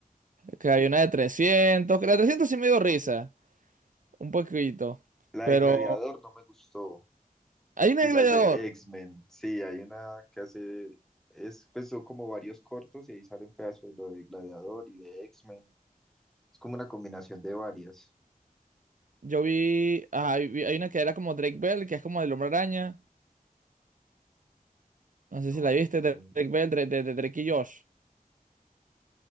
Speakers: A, on the right (about 60°); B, in the centre.
A: Que hay una de 300, que la de 300 sí me dio risa, un poquito.
B: la
A: Pero
B: de Gladiador no me gustó.
A: hay una
B: Y
A: de
B: las
A: Gladiador.
B: de X-Men, sí, hay una que hace, es, pues son como varios cortos y ahí sale un pedazo de lo de Gladiador y de X-Men. Es como una combinación de varias.
A: Yo vi, ajá, vi- hay una que era como Drake Bell, que es como del Hombre Araña. No
B: No
A: sé si la
B: es,
A: viste, de
B: sí,
A: Drake Bell, de, de- de Drake y Josh.